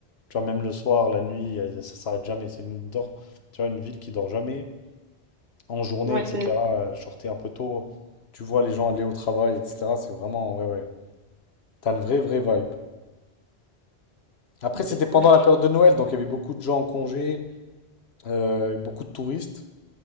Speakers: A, on the left (about 70°); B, on the right (about 45°).
A: Tu vois, même le soir, la nuit, y a- y a- ça s'arrête jamais. C'est une, dor- tu vois, une ville qui dort jamais. En journée,
B: Ouais,
A: etc.
B: c'est
A: euh, Je sortais un peu tôt, tu vois les gens aller au travail, etc. C'est vraiment, ouais, ouais. T'as une vraie, vraie vibe. Après,
B: c'est
A: c'était
B: cool.
A: pendant la période de Noël, donc il y avait beaucoup de gens en congé. Euh, beaucoup de touristes,